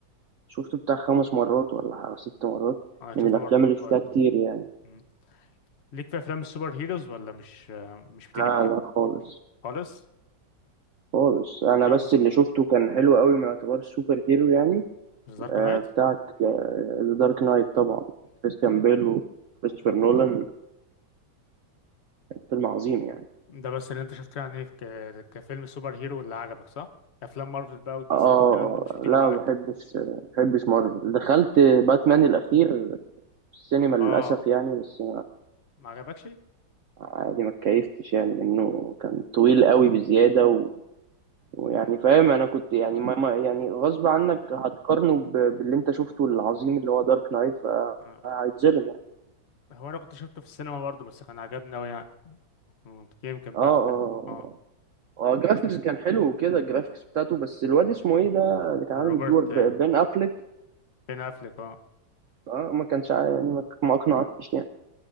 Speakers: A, on the right; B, on the left.
A: شفته بتاع خمس مرات ولا حاجة- ست مرات
B: اه، انا
A: من
B: شفته
A: الافلام
B: برضه
A: اللي
B: في
A: شفتها
B: ال...
A: كتير يعني
B: مم. ليك في افلام السوبر هيروز ولا مش آه، مش بتيجي
A: لا
B: معاك
A: لا خالص
B: خالص
A: خالص انا
B: اه
A: بس اللي شفته كان حلو قوي ما يعتبرش سوبر هيرو يعني
B: دارك
A: آه
B: نايت
A: بتاعت ذا دارك نايت طبعا كريستيان بيل وكريستوفر نولان فيلم عظيم يعني
B: ده بس اللي انت شفته يعني ك... كفيلم سوبر هيرو اللي عجبك صح؟ افلام مارفل بقى ودي
A: اه
B: سي والكلام ده مش بتيجي
A: لا
B: معاك
A: ما بحبش آه، ما بحبش مارفل دخلت باتمان الاخير في السينما
B: اه
A: للاسف يعني بس
B: ما عجبكش؟
A: عادي ما اتكيفتش يعني منه
B: اه
A: كان طويل قوي بزياده و... ويعني
B: مم.
A: فاهم انا كنت يعني ما ما- يعني غصب عنك هتقارنه ب... باللي انت شفته العظيم اللي هو دارك نايت
B: آه.
A: فهيتظلم يعني
B: هو انا كنت شفته في السينما برضه بس كان عجبني اوي يعني مم. يمكن
A: اه
B: بقى
A: اه
B: اختلف اه
A: آه، اه جرافيكس كان حلو وكده الجرافيكس بتاعته بس الواد اسمه ايه ده اللي كان
B: روبرت
A: عامل الدور ب-
B: آه،
A: بين افليك
B: بين افليك اه
A: اه ما كانش ع- يعني ما ما اقنعنيش يعني